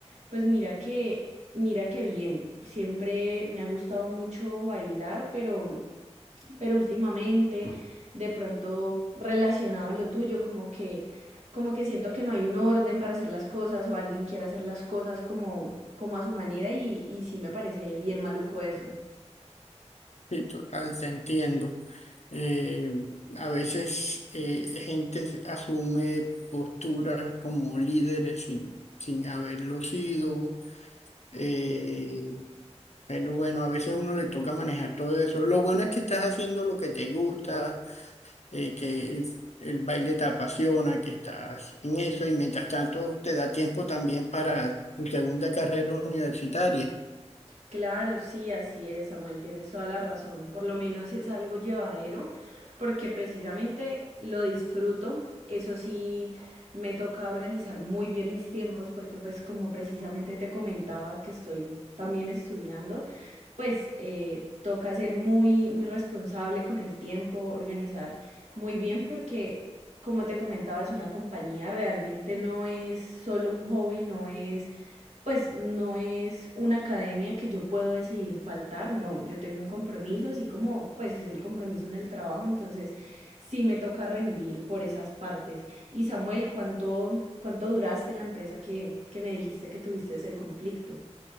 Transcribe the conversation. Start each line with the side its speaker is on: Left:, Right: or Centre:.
Right: pues mira que mira que bien, siempre me ha gustado mucho bailar, pero pero últimamente de pronto relacionado a lo tuyo, como que como que siento que no hay un orden para hacer las cosas o alguien quiere hacer las cosas como como a su manera y, y sí me parece bien maluco eso.
Left: Sí, total, te entiendo. Eh, a veces eh, gente asume posturas como líderes sin, sin haberlo sido, eh, pero bueno, a veces uno le toca manejar todo eso. Lo bueno es que estás haciendo lo que te gusta, eh, que el, el baile te apasiona, que estás en eso y mientras tanto te da tiempo también para tu segunda carrera universitaria.
Right: Claro, sí, así es, Samuel, tienes toda la razón. Por lo menos es algo llevadero, porque precisamente lo disfruto. Eso sí, me toca organizar muy bien mis tiempos, porque pues como precisamente te comentaba que estoy también estudiando, pues eh, toca ser muy, muy responsable con el tiempo, organizar muy bien, porque como te comentaba, es una compañía, realmente no es solo un hobby, no es pues no es una academia que yo puedo decidir faltar, no, yo tengo un compromiso, así como pues es el compromiso en el trabajo, entonces sí me toca rendir por esas partes. Y Samuel, ¿cuánto, cuánto duraste en la empresa que, que me dijiste que tuviste el conflicto?